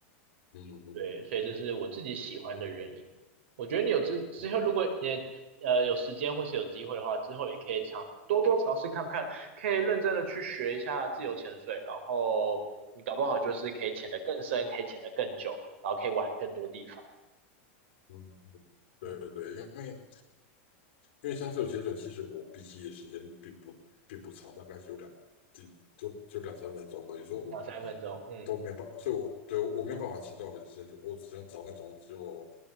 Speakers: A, on the left (about 55°); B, on the right (about 65°).
A: 嗯
B: 对，所以这是我自己喜欢的原因。我觉得你有之之后，
A: 嗯，
B: 如果你呃有时间或是有机会的话，之后也可以尝多多尝试看看，可以认真的去学一下自由潜水，然后你搞不好就是可以潜得更深，可以潜得更久，然后可以玩更多地方。
A: 嗯对对对，
B: 嗯，
A: 因为因为像这种潜水，其实我闭气的时间并不并不长，大概只有两几就就两三分钟而已，所以我
B: 两三分钟，嗯，
A: 都没有办法，所以我对我没有办法潜到很深，就我只能找那种只有